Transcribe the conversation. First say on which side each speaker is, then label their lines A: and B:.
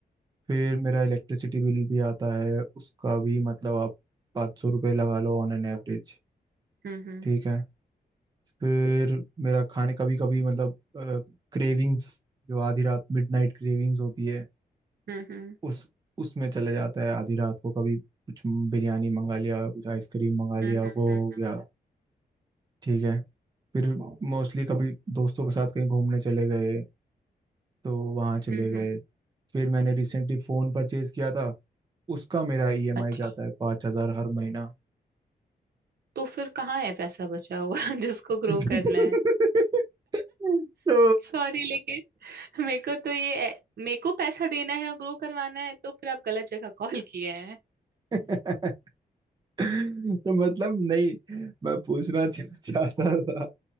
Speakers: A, on the right; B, on the right.
A: फिर मेरा इलेक्ट्रिसिटी बिल भी आता है उसका भी मतलब आप पाँच सौ रुपये लगा लो ऑन एन एवरेज
B: हम्म हम्म
A: ठीक है फिर मेरा खाने कभी कभी मतलब क्रेविंग्स जो आधी रात मिडनाइट क्रेविंग्स होती है
B: हम्म हम्म
A: उस उसमें चले जाता है आधी रात को कभी कुछ बिरयानी मंगा लिया कुछ आइसक्रीम मंगा लिया
B: हम्म
A: वो
B: हम्म
A: हो गया ठीक है फिर मोस्टली कभी दोस्तों के साथ कहीं घूमने चले गए तो वहाँ चले
B: हम्म हम्म,
A: गए
B: हम्म।
A: फिर मैंने रिसेंटली फ़ोन परचेज किया था उसका मेरा ईएमआई
B: अच्छा
A: जाता है पाँच हज़ार हर महीना
B: तो फिर कहाँ है पैसा बचा हुआ <laughs> जिसको
A: <laughs>
B: ग्रो करना है
A: तो
B: सॉरी लेकिन मेरे को तो ये मेरे को पैसा देना है और ग्रो करवाना है तो फिर आप गलत जगह कॉल किए हैं
A: <laughs> <laughs> तो मतलब नहीं मैं पूछना चा- चाहता था